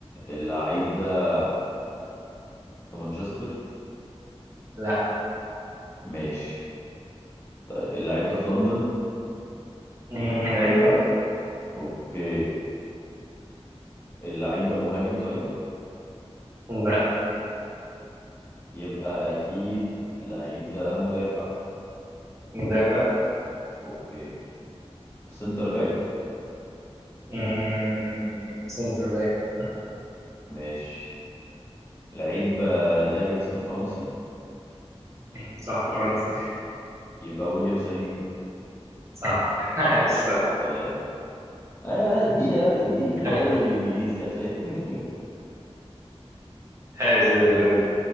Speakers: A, on the left; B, on the right.
A: اللعيب ده في مانشستر
B: لا
A: ماشي طيب اللعيب ده في لندن
B: مم. ايوه
A: اوكي اللعيب ده مهاجم طيب
B: لا
A: يبقى اكيد اللعيب ده مدافع
B: مدافع
A: اوكي سنتر باك
B: مم. سنتر باك
A: ماشي لعيب آه، ده جنسيته فرنسي
B: مم، صح فرنسي
A: يبقى ويليام سليبا
B: صح <laughs> عايش صح
A: سلام انا انا اديني انا اديني في الدوري
B: اي
A: الانجليزي هتلاقي <laughs>
B: عايش والله